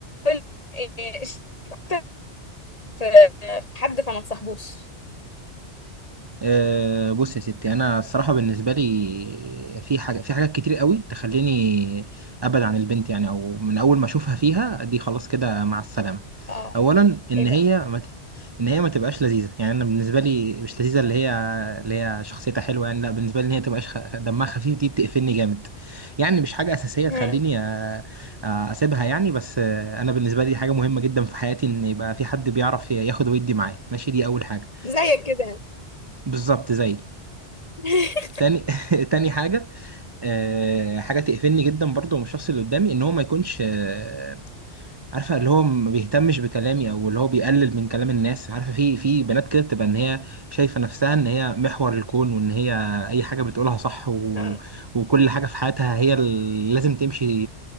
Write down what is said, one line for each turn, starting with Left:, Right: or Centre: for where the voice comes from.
Left: كل إيه، شايف أكتر في في حد فما تصاحبوش
Right: أه بص يا ستي انا الصراحه بالنسبه لي في حاجه في حاجات كتير قوي تخليني ابعد عن البنت يعني او من اول ما اشوفها فيها دي خلاص كده مع السلامه
Left: اه
Right: اولا ان
Left: ايه بقى
Right: هي ما ت- ان هي ما تبقاش لذيذه يعني انا بالنسبه لي مش لذيذه اللي هي اللي هي شخصيتها حلوه يعني لا بالنسبه لي ان هي تبقاش خ... دمها خفيف دي بتقفلني جامد يعني مش حاجه اساسيه
Left: مم.
Right: تخليني أ... أ- اسيبها يعني بس آه، انا بالنسبه لي حاجه مهمه جدا في حياتي ان يبقى في حد بيعرف ياخد ويدي معايا ماشي دي اول حاجه
Left: زيك كده يعني
Right: بالظبط زيك
Left: <laughs>
Right: تاني <laughs> تاني حاجة آه، حاجة تقفلني جدا برضو من الشخص اللي قدامي ان هو ما يكونش آه، عارفة اللي هو ما بيهتمش بكلامي او اللي هو بيقلل من كلام الناس عارفة في في بنات كده بتبقى ان هي شايفة نفسها ان هي محور الكون وان هي اي حاجة بتقولها صح و...
Left: اه
Right: وكل حاجة في حياتها هي اللي لازم تمشي